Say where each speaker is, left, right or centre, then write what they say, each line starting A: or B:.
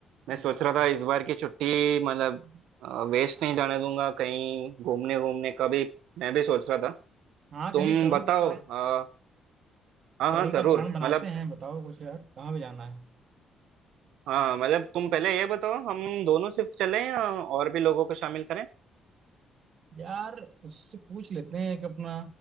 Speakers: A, on the right; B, on the right.
A: मैं सोच
B: अच्छा
A: रहा था इस बार की छुट्टी मतलब वेस्ट नहीं जाने दूंगा कहीं घूमने घूमने का भी मैं भी सोच रहा था
B: हाँ
A: तुम
B: कहीं ट्रेवल
A: बताओ
B: का
A: आ, हाँ
B: ट्रेवल
A: हाँ जरूर
B: का प्लान बनाते
A: मतलब
B: हैं बताओ कुछ यार कहाँ भी जाना है
A: हाँ मतलब तुम पहले ये बताओ हम दोनों सिर्फ चलें या और भी लोगों को शामिल करें
B: यार उससे पूछ लेते हैं एक अपना